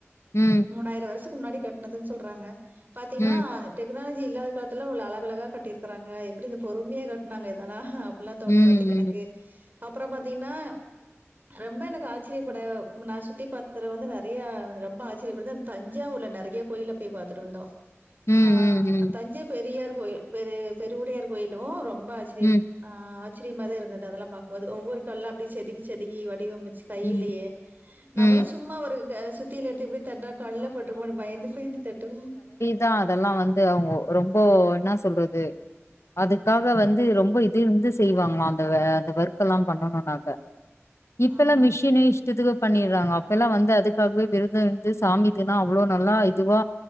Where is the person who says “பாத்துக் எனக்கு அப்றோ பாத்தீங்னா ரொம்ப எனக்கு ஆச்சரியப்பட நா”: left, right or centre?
Right